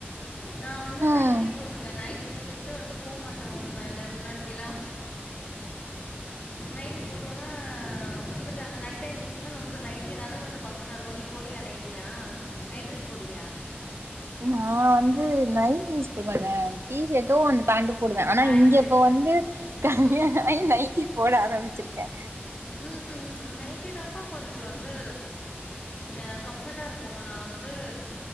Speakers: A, on the left (about 30°); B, on the right (about 75°).
A: நா வந்து
B: ம்
A: நைட்டி போட்ருக்கே நைட்டி போட்டுக்கிட்டு வந்து போமாட்டே உங்க மேல முன்னாடிலா நைட்டி போட்டோனா வந்துட்டாங்க நைட் டைம் நமக்கு நைட்டி தான கொஞ்சோ ஃகம்போட்டா இருக்கு நீ போடுவியா நைட்டில்லா நைட் ட்ரெஸ் போடுவியா
B: நா வந்து நைட்டி யூஸ் பண்ண மாட்டே டீ ஷட்டு அந்த பேண்டு போடுவே ஆனா
A: பேண்ட்டு.
B: இங்க இப்ப வந்து கல்யாண
A: ம்.
B: ஆயி நைட்டி போட ஆரம்பிச்சிருக்கே
A: உம் உம் நைட்டி தாப்பா கொஞ்சோ வந்து ஏ கம்ஃபட்டா இருக்கு நா வந்து